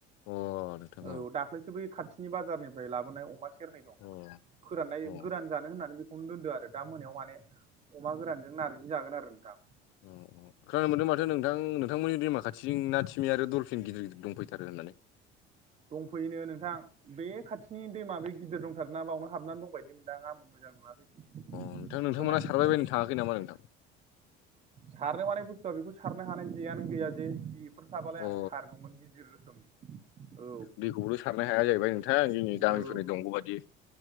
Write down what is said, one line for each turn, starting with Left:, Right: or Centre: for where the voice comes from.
Left: अ नोंथां
Right: औ दाख्लैसो बै खाथिनि बाजारनिफ्राय लाबोनाय अमा सेरनै दं।
Left: अ
Right: फोराननाय
Left: अ
Right: गोरान जानो होननानै खन दोन्दो आरो दा मोनायाव माने अमा गोरानजों नारजि जागोन आरो नोंथां।
Left: औ औ खोनानो मोनदों माथो नोंथां नोंथांमोननि दैमा खाथिनि नाथिमि आरो दलफिन गिदिर गिदिर दं फैथारो होननानै
Right: दंफैयोनो नोंथां बे खाथिनि दैमा बे गिदिर दंथारोना बावनो हाबनानै दंबायदि मोनदां आंबोमोन मोजां नुवाखै
Left: नोंथां नोंथांमोना
Right: खोनानो
Left: सारबाय
Right: संदों
Left: बायनो थाङाखै नामा नोंथां
Right: सारनो मानाय बुस्थुआ बेखौ सारनो हानाय जेयानो गैया जे फोर थाबालाय
Left: अ
Right: आं सारगौमोन गिदिर रोखोमनि औ
Left: दैखौबोल' सारनो हाया जाहैबाय नोंथां जोंनि गामिफोरनि
Right: औ
Left: दंग' बादि